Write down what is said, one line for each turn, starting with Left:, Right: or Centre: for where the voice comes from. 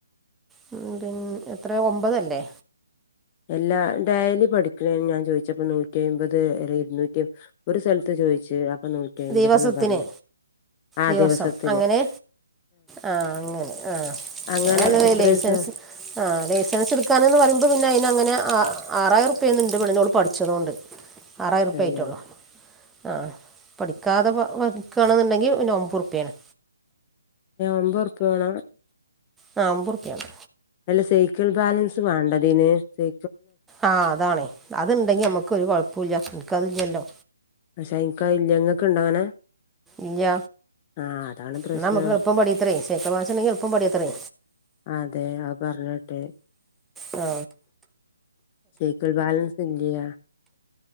Centre: പിന്ന് എത്ര ഒമ്പതല്ലേ
Left: എല്ലാ ഡേലി പഠിക്കണന്ന് ഞാൻ ചോദിച്ചപ്പോ നൂറ്റി നൂറ്റിമ്പത് അല്ല ഇരുന്നൂറ്റി ഒരു സ്ഥലത്ത് ചോദിച്ചു അപ്പൊ നൂറ്റിമ്പത്
Centre: ദിവസത്തിന്
Left: ന്ന് പറഞ്ഞു ആ
Centre: ദിവസം
Left: ദിവസത്തിന്
Centre: അങ്ങനെ ആ അങ്ങനെ ആ
Left: അങ്ങനെ
Centre: ആ നല്ലതേ
Left: എത്ര
Centre: ലൈസൻസ്
Left: ദിവസം
Centre: ആ ലൈസൻസ് എടുക്കാന്ന്ന് പറയുമ്പോ പിന്നെ അയിനങ്ങനെ ആ ആറായിരം ഉർപ്യേന്ന് ഇൻ്റെ പെണ്ണിനോട് പഠിച്ചതോണ്ട് ആറായിരുർപ്യേ
Left: തന്നെ
Centre: ആയിട്ടുള്ളൂ ആ ക്കാതെ വക്കണെന്നുണ്ടെങ്കി പിന്നെ ഒമ്പതുർപ്യേണ്
Left: ഒമ്പത് ഉറുപ്യ വേണം
Centre: ആ ഒമ്പത് ഉറുപ്പ്യയാണ്
Left: നല്ല സൈ ക്കൾ ബാലൻസ് വേണ്ടതിന് സൈ
Centre: ആ അതാണെ അത്ണ്ടെങ്കി നമ്മക്കൊരു കുഴപ്പൂല്യ എനിക്ക അത് ല്ലല്ലോ
Left: പഷെ ഇനിക്കതില്ല ഇങ്ങക്ക്ണ്ട അങ്ങനെ
Centre: ഇല്ല്യ
Left: ആ അതാണ് പ്രശ്നം
Centre: എന്ന നമ്മുക്ക് എളുപ്പം പടിയു ത്രേ സൈക്കിൾ ബാലൻസ്ണ്ടെങ്കിൽ എളുപ്പം പടിയുത്രെ
Left: അതെ ആ പറഞ്ഞേട്ട്
Centre: ആ
Left: സൈക്കിൾ ബാലൻസ് ഇല്ല്യ